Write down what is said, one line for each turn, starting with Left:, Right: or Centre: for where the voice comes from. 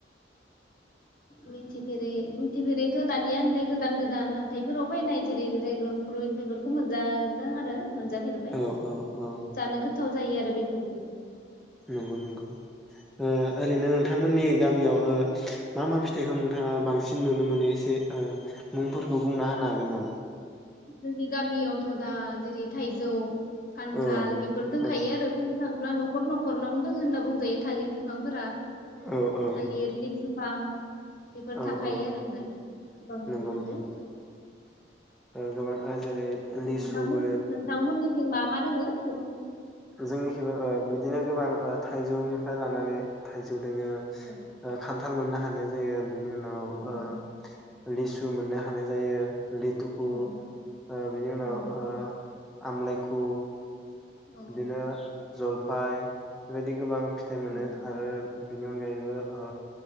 Left: मिथिफेरै मिथिफेरैथ' दानिया होनलाय गोदान गोदान हाथाइफोराव फैनाय जेरै ड्रेगन फ्रुइट बेफोरखौ मोनजादों आरो। मोनजाफेरबाय
Centre: औ औ औ
Left: जानो गोथाव जायो आरो बेफोरजों
Centre: नंगौ नंगौ ओ ओरैनो नों नोंथांमोननि गामियाव ओ मा मा फिथाइखौ नोंथाङा बांसिन नुनो मोनो एसे ओ मुंफोरखौ बुंना होनो हागोन नामा?
Left: जोंनि गामियावथ' दा जेरै थाइजौ खान्थाल
Centre: औ
Left: बेफोर दोंखायो
Centre: औ
Left: आरो बुं थांब्ला न'खर न'खरनावनो दङ होनना बुंजायो थालिर बिफांफोरा।
Centre: औ औ
Left: थालिर गोबां बेफोर
Centre: औ
Left: थाखायो
Centre: औ
Left: आरो होनलाय गोबां नुनो
Centre: नंगौ
Left: मोनदों।
Centre: नंगौ ओ गोबां ओ जेरै लिसुबो
Left: नोंथांमोन नोंथांमोननिथिं मा मा दोङो गोबां
Centre: जोंनिखिबो बिदिनो गोबां थाइजौनिफ्राय लानानै थाइजौ जोङो ओ
Left: औ
Centre: खान्थाल मोननो हा मोन्नाय जायो आरोना। बेनि उनाव
Left: उम
Centre: ओ
Left: उम
Centre: लिसु मोननो हानाय जायो। लिथुखु
Left: औ
Centre: ओ बिनि उनाव
Left: उम
Centre: ओ आमलायखु
Left: औ
Centre: बिदिनो जलफाय बेबायदि गोबां फिथाइ मोनो
Left: उम
Centre: आरो बेनि अनगायैबो ओ